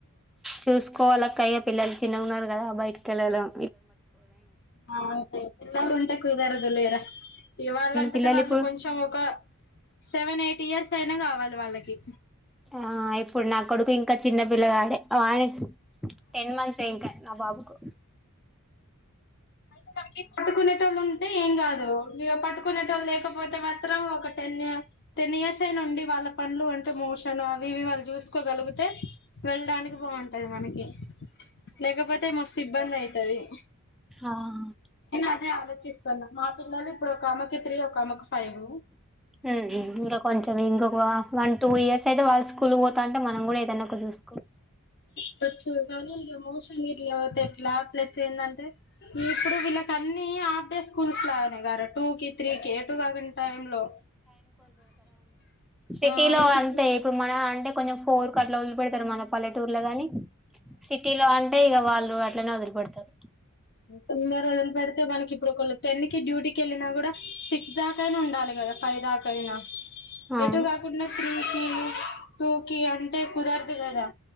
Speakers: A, in the centre; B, on the left (about 50°).
A: చూసుకోవాల అక్క అయ పిల్లలు చిన్నగాన్నారు రా బైటకెళ్ళాదాం
B: అవున పిల్లలు ఉంటే కుదారదు లేరా ఇవాళంటది
A: పిల్లలు
B: వాళ్ళు
A: ఇప్పుడు
B: కొంచెం ఒక సెవెన్ ఎయిట్ ఇయర్స్ ఇప్పుడైనా కావాలి వాళ్ళకి
A: ఆ ఇప్పుడు నా కొడుకు ఇంకా చిన్న పిల్లవాడై ఆడే టెన్ మంత్స్ ఏ ఇంకా నా బాబుకు
B: అయితే మనకి పట్టుకునేటోళ్ళు ఉంటే ఏం కాదు ఇగ పట్టుకునేటోళ్ళు లేకపోతే మాత్రం ఒక టెన్ టెన్ ఇయర్స్ అయిన ఉండే వాళ్ళకు పనులు అంటే మోషన్ అవి ఇవి వాళ్ళు చూసుకోగలిగితే వెళ్ళడానికి బాగుంటది మనకి లేకపోతే మస్త్ అవును
A: అవును
B: అదే ఆలోచన మా పిల్లలు ఇప్పుడు ఒక అమెకి త్రీ ఒక ఆమెకి ఫైవ్
A: హ్మ్ ఇంకా కొంచెం ఇంకొక వన్ టూ ఇయర్స్ అయితే వాళ్ళు స్కూల్ కు పోతా ఉంటే మనం కూడా ఏదన్నా ఒక చూస్
B: సచ్చనీ మస <inaudible> మీరు లేకపొతే ఎట్లా ప్లస్ ఏంది అంటే, నువ్వు ఇప్పుడు విల్లకి హన్ని హాఫ్ డే స్కూల్స్ టూ కి త్రీ కి ఎటూ కాకుండా టైం లో
A: సిటీలో
B: ఆ ఇంటికి
A: అంతే ఇప్పుడు మనం అంటే కొనేసు పోరుకట్లా వదిలి పెడతారు మన పల్లెటూరులో గాని సిటీలో అంటే ఇక వాళ్ళు అట్లనే వదిలి పెడుతరు
B: తొందర వదిలిపెడతే వాళ్ళకిప్పుడు కొ టెన్ కి డ్యూటీకి వెళ్ళినా కూడా సిక్స్ దాకాయినా ఉండాలి కదా ఫైవ్ దాకా అయినా
A: అవును
B: ఎటు కాకుండా త్రీ టూకి అంటే కుదరదు కదా